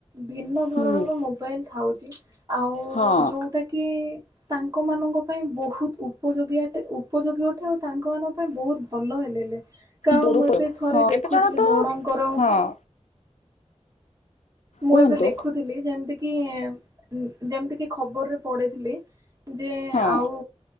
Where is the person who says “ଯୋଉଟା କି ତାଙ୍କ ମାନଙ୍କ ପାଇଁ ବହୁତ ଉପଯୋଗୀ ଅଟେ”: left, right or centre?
Right